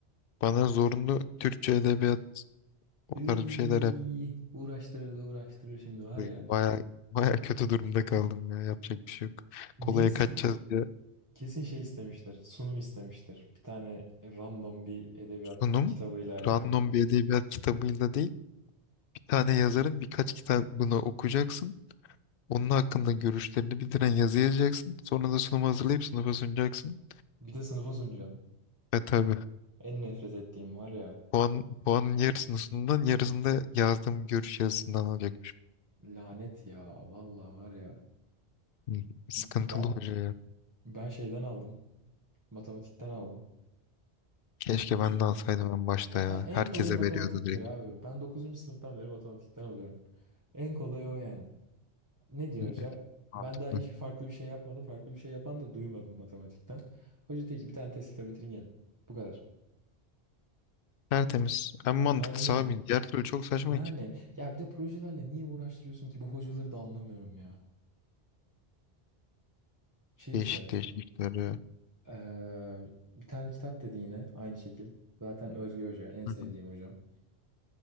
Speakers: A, on the left; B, on the right.
A: Bana zorunlu Türkçe edebiyat o
B: Iy,
A: tarz bir şeyler yaptı.
B: uğraştırır da uğraştırır şimdi var ya.
A: Bayağı bayağı kötü durumda kaldım ya. Yapacak bir şey yok.
B: Ne
A: Kolaya
B: is-
A: kaçacağız diye.
B: kesin şey istemiştir. Sunum istemiştir. Bir tane random bir edebiyat
A: Sunum
B: kitabıyla alakalı.
A: random bir edebiyat kitabıyla değil. tane yazarın birkaç kitabını okuyacaksın. Onun hakkında görüşlerini bildiren yazı yazacaksın. Sonra da sunumu hazırlayıp sınıfa sunacaksın.
B: Bir de sınıfa sunacaksın.
A: Ve tabii
B: En nefret ettiğim var ya.
A: puan, puanın yarısını sunumdan yarısını da yazdığım görüş yazısından alacakmış.
B: Lanet ya. Vallahi var ya.
A: Hı, Sıkıntılı
B: Ben
A: hoca ya.
B: ben şeyden aldım. Matematikten aldım.
A: Keşke
B: Hoca
A: ben de alsaydım en başta
B: Ya
A: ya.
B: en
A: Herkese
B: kolayı matematiktir
A: veriyordu direkt.
B: abi. Ben dokuzuncu sınıftan beri matematikten alıyorum. En kolayı o yani. Ne diyor
A: Hı,
B: hoca? Ben
A: Mantıklı.
B: daha hiçbir farklı bir şey yapmadım. Farklı bir şey yapan da duymadım matematikten. Hoca diyor ki bir tane test kitabı bitirin gelin. Bu kadar.
A: Tertemiz. En mantıklısı
B: Aynen öyle.
A: abi. Diğer türlü çok saçma
B: Yani
A: ki.
B: ya bir de projelerle niye uğraştırıyorsun ki? Bu hocaları da anlamıyorum ya. Şey
A: Değişik
B: işte
A: değişik işler ya.
B: eee, bir tane kitap dedi yine aynı şekil. Zaten Özge Hoca en sevdiğim
A: Hı hı.
B: hocam.